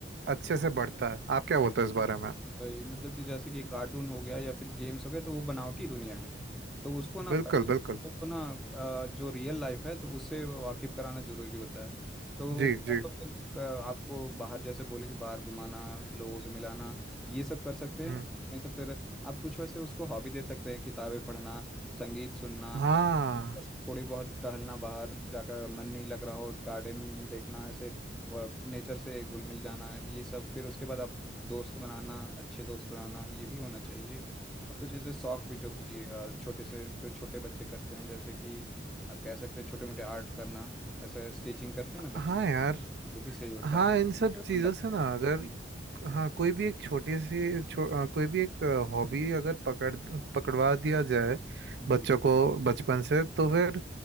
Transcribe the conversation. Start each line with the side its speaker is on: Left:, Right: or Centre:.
Right: अच्छे से बढ़ता है आप क्या बोलते हो इस बारे में
Centre: भाई मतलब कि जैसे कि कार्टून हो गया या फिर गेम्स हो गए तो वो बनावटी दुनिया है तो उसको ना
Right: बिल्कुल
Centre: पहले बच्चों
Right: बिल्कुल
Centre: को ना अ, जो रियल लाइफ है तो उससे वाकिफ कराना जरूरी होता है तो
Right: जी
Centre: या
Right: जी
Centre: तो फिर क- आपको बाहर जैसे बोले कि बाहर घुमाना लोगों से मिलाना ये सब कर सकते
Right: हम्म
Centre: हैं नहीं तो फिर आप कुछ वैसे उसको हॉबी दे सकते हैं किताबें पढ़ना संगीत सुनना
Right: हाँ
Centre: जैसे थोड़ी बहुत टहलना बाहर जाकर अगर मन नहीं लग रहा हो गार्डन देखना ऐसे नेचर से घुल मिल जाना ये सब फिर उसके बाद आप दोस्त बनाना अच्छे दोस्त बनाना ये भी होना चाहिए और कुछ ऐसे शौक भी जो कि अ, छोटे से जो छोटे बच्चे करते हैं जैसे कि आप कह सकते हैं छोटे मोटे आर्ट करना वैसे स्केचिंग करते हैं ना बच्चे
Right: हाँ यार
Centre: वो भी सही होता
Right: हाँ
Centre: है
Right: इन सब चीज़ों
Centre: लग
Right: से ना अगर हाँ कोई भी एक छोटी सी छो, अ, कोई भी एक हॉबी अगर पकड़ पकड़वा दिया जाए
Centre: हम्म।
Right: बच्चों को बचपन से तो फिर